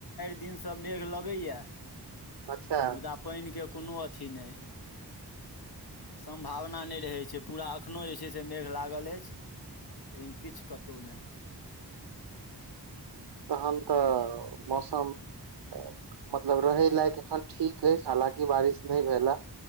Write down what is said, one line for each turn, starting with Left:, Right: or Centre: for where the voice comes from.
Left: दिनसँ मेघ लगैया। <unintelligible>
Right: अच्छा
Left: मुदा पानि के। <unintelligible> कोनो अथि नै। सम्भावना नै रहैत छै पूरा, एखनहु जे छै से मेघ लागल अछि लेकिन किछु कतहु नहि।
Right: तहन। तऽ मौसम। <unintelligible> तऽ मतलब रहै लायक एखन ठीक अछि हालकि बारिश नहि भेले